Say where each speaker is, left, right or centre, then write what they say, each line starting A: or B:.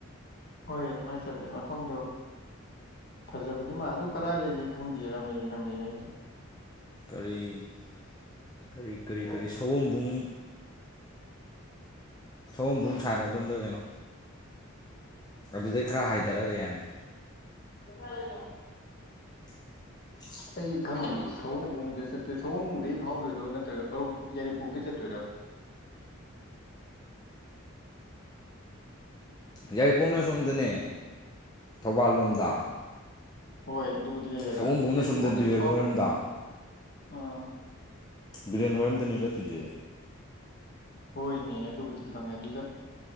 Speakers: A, on the left (about 50°); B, on the left (about 20°).
A: ꯍꯣꯏ ꯑꯗꯨꯃꯥꯏꯅ ꯆꯗꯦ ꯃꯐꯝꯗꯨ ꯐꯖꯕꯅꯤ ꯃꯥ ꯑꯗꯨ ꯀꯗꯥꯏ ꯂꯩꯒꯦ ꯈꯪꯗꯦ ꯔꯝꯂꯛꯏ ꯔꯥꯝꯂꯛꯏ ꯍꯥꯏꯗꯣ
B: ꯀꯔꯤ ꯀꯔꯤ ꯀꯔꯤ ꯀꯔꯤ ꯁꯒꯣꯕꯨꯡ ꯊꯧꯎꯝꯕꯨꯡ ꯁꯥꯔꯒ ꯑꯣꯝꯗꯔ ꯀꯩꯅꯣ ꯑꯗꯨꯗꯩ ꯈꯔ ꯍꯥꯏꯊꯔꯒ ꯂꯩꯔꯅꯤ
A: ꯀꯁꯥꯏ ꯍꯥꯏꯅ
B: <inaudible>
A: ꯑꯩ ꯈꯪꯗꯦ ꯁꯒꯣꯕꯨꯡꯗ ꯆꯠꯇꯣꯏ ꯁꯒꯣꯝꯕꯨꯡꯗꯩ ꯐꯥꯎꯗꯣꯏꯔꯣ ꯅꯠꯇ꯭ꯔꯒ ꯀ ꯌꯥꯏꯔꯤꯄꯣꯛꯇꯩꯒꯤ ꯆꯠꯇꯣꯏꯕ
B: ꯌꯥꯏꯔꯤꯄꯣꯛꯅ ꯁꯣꯝꯗꯅꯦ ꯊꯧꯕꯥꯜ ꯂꯣꯝꯗ
A: ꯍꯣꯏ ꯑꯗꯨꯕꯨꯗꯤ ꯂꯩꯔꯗꯅ
B: ꯁꯑꯣꯝꯕꯨꯡꯅ
A: ꯑꯗꯨ
B: ꯁꯣꯝꯗ
A: ꯔꯤꯄꯣꯂꯣꯝꯗꯤ
B: ꯕꯤꯔꯦꯜ
A: ꯐꯥꯎꯕ
B: ꯍꯣꯏꯔꯣꯝꯗ
A: ꯑꯥ
B: ꯕꯤꯔꯌꯥꯟ ꯋꯥꯔꯝꯗꯅꯤ ꯆꯠꯇꯨꯁꯦ
A: ꯍꯣꯏꯅꯦ ꯑꯗꯨꯕꯨꯗꯤ ꯈꯪꯉꯦ ꯑꯗꯨꯗ